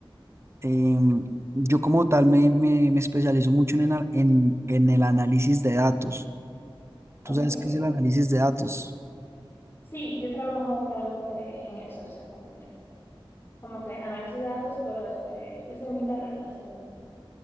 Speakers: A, on the right (about 30°); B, on the left (about 30°).
A: em, yo como tal me, me, me especializo mucho en, el- en, en el análisis de datos. ¿Tú
B: ok.
A: sabes qué es el análisis de datos?
B: Sí, yo trabajo realmente en eso exactamente. como que análisis de datos, pero desde, desde mi carrera, desde mi,